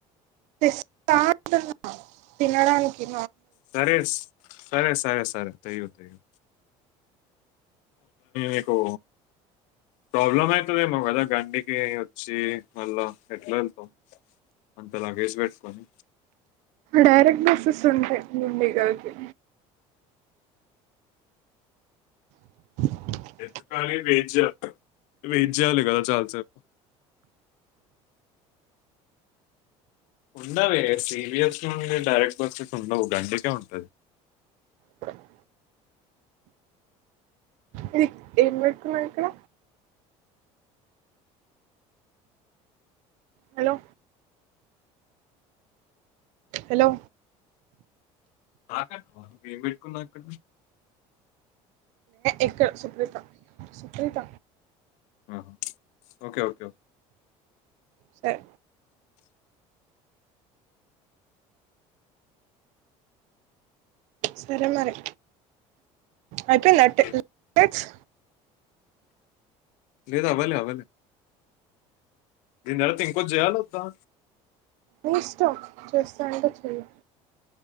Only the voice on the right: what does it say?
రా అంటున్న తినడానికినికి
డైరెక్ట్ బస్సెస్ ఉంటాయి మీడిగాకి ట్రైన్ సౌండ్
బాంబు సౌండ్ ఇది ఏం పెట్టుకున్నావ్ ఇక్కడ హలో హలో
ఇక్కడ సుప్రిత సుప్రిత
సరే సరే మరి అయిపోయింద
టెన్ మినిట్స్
మీ ఇష్టం చేస్తా అంటే చెయి